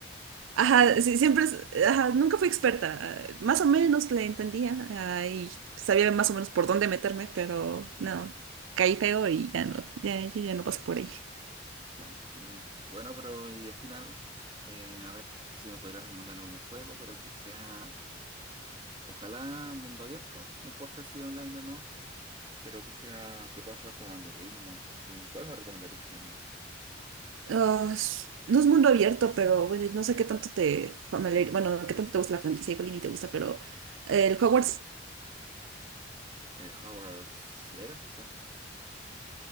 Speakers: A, on the right (about 85°); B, on the right (about 25°).
A: Ajá,
B: Así que,
A: sí, siempre, es- ajá, nunca fui experta, eh, más o menos le entendía, ah, y sabía más o menos por dónde meterme, pero no, caí feo y ya no, ya, yo ya no paso por ahí.
B: claro. y- bueno, pero y al final, eh, a ver si me podría recomendar un juego, pero que sea, ojalá mundo abierto, no importa si online o no, pero que sea, que pueda jugar como a mi ritmo, así. ¿Cuál me recomendaría finalmente?
A: Ah, s- no es mundo abierto, pero bueno, no sé qué tanto te familiar,
B: Ujú.
A: bueno, qué tanto te gusta la franquicia, igual y ni te gusta, pero eh, el Hogwarts,
B: Eh, Howard's Legacy, ¿cierto?